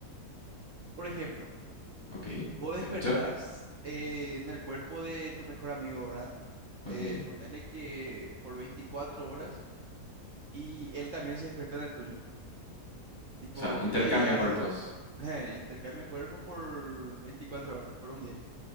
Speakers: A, on the right; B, on the left.
A: por ejemplo,
B: ok.
A: vos
B: ¿Te
A: despertás
B: escucho?
A: eh, en el cuerpo de tu mejor amigo, ¿verdad? Eh,
B: Ok.
A: ponerle que por 24 horas y él también se despierta en el tuyo. Tipo,
B: O sea, intercambian
A: ¿qué harías?
B: cuerpos.
A: Eh, intercambio de cuerpos por 24 horas, por un día.